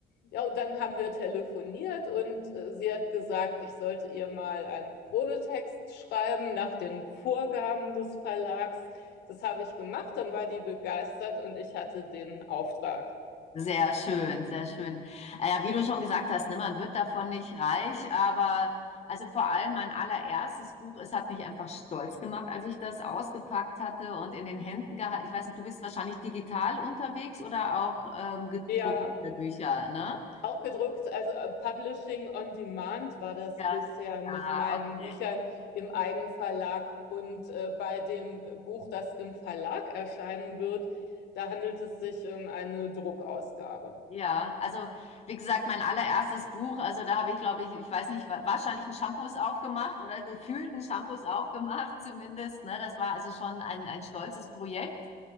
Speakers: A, on the left; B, on the left.
A: Ja, und dann haben wir telefoniert und äh, sie hat gesagt, ich sollte ihr mal einen Probetext schreiben nach den Vorgaben des Verlags. Das habe ich gemacht, dann war die begeistert und ich hatte den Auftrag.
B: Sehr schön, sehr schön. Ah ja, wie du schon gesagt hast, ne, man wird davon nicht reich, aber also vor allem mein allererstes Buch, es hat mich einfach stolz gemacht, als ich das ausgepackt hatte und in den Händen gehalten. Ich weiß nicht, du bist wahrscheinlich digital unterwegs oder auch ähm, gedruckte
A: Ja,
B: Bücher, ne?
A: auch gedruckt, also äh, Publishing on Demand war das
B: Ja.
A: bisher mit
B: Ah,
A: meinen
B: okay.
A: Büchern im Eigenverlag und äh, bei dem Buch, das im Verlag erscheinen wird, da handelt es sich um eine Druckausgabe.
B: Ja, also wie gesagt, mein allererstes Buch, also da habe ich, glaube ich, ich weiß nicht, wa- wahrscheinlich einen Shampoos aufgemacht oder gefühlten Shampoos aufgemacht <laughs> zumindest. Ne? Das war also schon ein, ein stolzes Projekt.